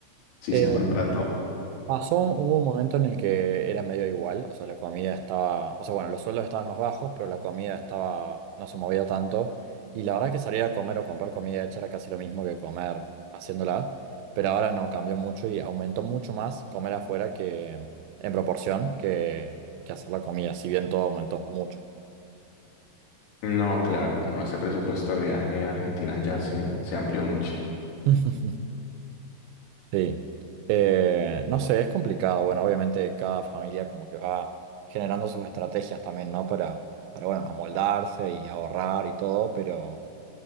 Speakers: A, on the left; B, on the right.
A: si
B: Eh,
A: sea más barato.
B: Pasó, hubo un momento en el que era medio igual, o sea, la comida estaba, o sea, bueno, los sueldos estaban más bajos, pero la comida estaba, no se movía tanto. Y la verdad es que salir a comer o comprar comida hecha era casi lo mismo que comer haciéndola, pero ahora no, cambió mucho y aumentó mucho más comer afuera que en proporción que, que hacer la comida, si bien todo aumentó mucho.
A: No, claro, no, ese presupuesto de viaje a Argentina ya se, se amplió mucho.
B: <laughs> Sí, Eh, no sé, es complicado. Bueno, obviamente cada familia como que va generando sus estrategias también, ¿no? Para, para bueno, amoldarse y ahorrar y todo, pero,